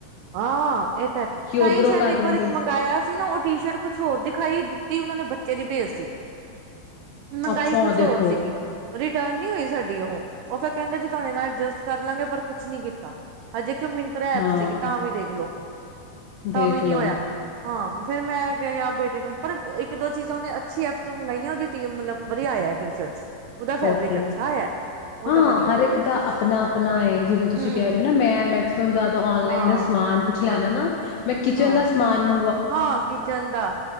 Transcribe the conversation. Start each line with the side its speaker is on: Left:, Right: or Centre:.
Right: ਹਾਂ ਇਹ ਤਾਂ ਤਾਂ
Left: ਉੱਧਰੋਂ
Right: ਹੀ ਸ਼ਾਇਦ
Left: ਕਰ
Right: ਇੱਕ
Left: ਲੈਂਦੇ
Right: ਵਾਰ ਇੱਕ ਮੰਗਾਇਆ ਸੀ ਨਾ ਉਹ ਟੀ ਸ਼ਰਟ ਕੁਛ ਹੋਰ ਦਿਖਾਈ ਦਿਤ ਤੇ ਉਹਨਾਂ ਦੇ ਬੱਚੇ ਦੇ ਪੇਜ ਤੇ। ਮੰਗਾਈ
Left: ਅੱਛਾ
Right: ਕੁਛ
Left: ਦੇਖੋ
Right: ਹੋਰ ਸੀਗੀ ਰਿਟਰਨ ਨਹੀਂ ਹੋਈ ਸਾਡ ਉਹ ਉਹ ਫਿਰ ਕਹਿੰਦੇ ਜੀ ਤੁਹਾਨੇ ਤਾਂ ਐਡਜਸਟ ਕਰ ਲਾਂਗੇ ਪਰ ਕੁਛ ਨੀ ਕੀਤਾ ਹਜੇ ਮਿੰਤਰਾ ਐਪ
Left: ਹਾਂ
Right: ਸੀਗੀ ਤਾਂ ਵੀ ਦੇਖਲੋ
Left: ਦੇਖ
Right: ਤਾਂ ਵੀ ਨੀ
Left: ਲਓ
Right: ਹੋਇਆ, ਹਾਂ ਫੇਰ ਮੈਂ ਕਯਾ ਬੇੇ ਪਰ ਇੱਕ ਦੋ ਚੀਜ਼ਾਂ ਉਹਨੇ ਅੱਛੀ ਐੱਪ ਤੋਂ ਮੰਗਆਂ ਉਹ ਮਤਲਬ ਵਧੀਆ ਆਇਆ ਟੀ ਸ਼ਰਟਸ ਉਹਦਾ
Left: ਓਕੇ
Right: ਫੈਬਰਿਕ ਅੱਛਾ ਆਇਆ ਉਹਦਾ
Left: ਹਾਂ
Right: ਵਧੀਆ
Left: ਹਰ ਇੱਕ ਦਾ ਆਪਣਾ ਆਪਣਾ ਹੈ ਜਿਵੇਂ
Right: ਆਇਆ
Left: ਤੁਸੀਂ ਕਹਿ
Right: ਹਮ
Left: ਰਹੇ ਹੋ ਨਾ ਮੈਂ ਮੈਕਸੀਮਮ ਜ਼ਿਆਦਾ ਔਨਲਾਈਨ
Right: ਹਾਂ,
Left: ਦਾ ਸਮਾਨ ਕੁਛ ਲੈਣਾ
Right: ਹਾਂਜੀ,
Left: ਨਾ ਮੈਂ ਕਿਚਨ
Right: ਹਾਂ,
Left: ਦਾ ਸਮਾਨ ਮੰਗ
Right: ਹਾਂ ਕਿਚਨ ਦਾ